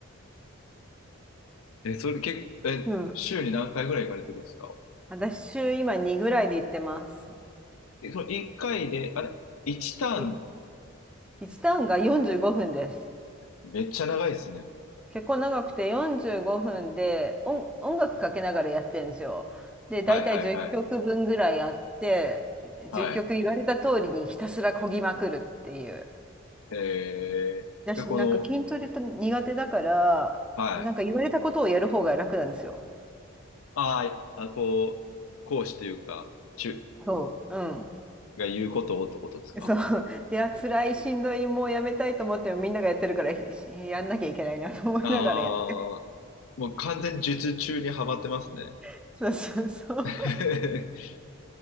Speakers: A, on the left; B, in the centre.
A: え、それ結構、え、
B: うん。
A: 週に何回ぐらい行かれてるんですか
B: 私週今2ぐらいで行ってます。
A: え、その1回で、あれ ?1
B: い
A: ターン
B: 1ターンが45分です。
A: めっちゃ長いですね。
B: 結構長くて45分で音、音楽かけながらやってるんですよ。で、大体10曲分ぐらいあって、
A: はいはいはい。はい。
B: 10曲言われた通りにひたすらこぎまくるっていう。
A: えー、
B: 私なんか筋トレと苦手だから、
A: で、この、はい。
B: なんか言われたことをやる方が楽なんですよ。
A: あーあ、こう、講師というか、中
B: そう。うん。
A: が言うことをってことですか
B: <laughs> そうであ辛いしんどいもうやめたいと思ってもみんながやってるからしやんなきゃいけないなと思いながらやって
A: ああー、もう完全に術中にはまってますね。
B: <laughs> そうそうそう
A: <laughs>